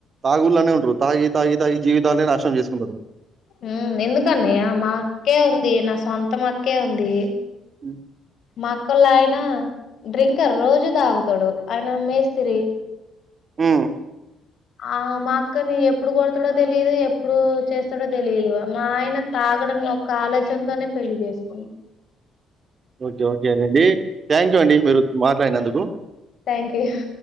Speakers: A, on the right; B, on the left.
A: తాగుల్లనే ఉంటరు తాగి తాగి త తాగి జీవితాలే నాశనం చేసుకున్నరు.
B: ఉమ్మ్ ఎందుకన్నయ్య మా అక్కే ఉంది నా సొంతం అక్కే ఉంది
A: ఉమ్
B: మా అక్కోళ్ల ఆయన డ్రింకర్ రోజు దాగుతడు ఆయన మేస్తిరి
A: ఉమ్
B: ఆ మా అక్కని ఎప్పుడు కొడతడో తెలిదు ఎప్పుడు చేస్తడో తెలిదు మా ఆయన తా తాగడం లో ఒక్క ఆలోచనతోనే పెళ్లి చేసుకుండు
A: ఓకే ఓకేనండి థ్యాంక్ యూ అండి మీరు మాట్లాడినందుకు
B: థ్యాంక్ యూ హ్